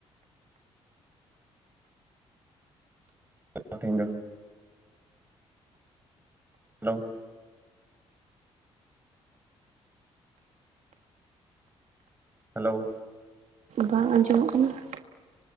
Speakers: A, on the right; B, on the right.
A: <unintelligible> ᱦᱮᱞᱳᱣ᱾ ᱦᱮᱞᱳᱣ᱾
B: ᱵᱟᱝ ᱟᱸᱡᱚᱢᱚᱜ ᱠᱟᱱᱟ ᱾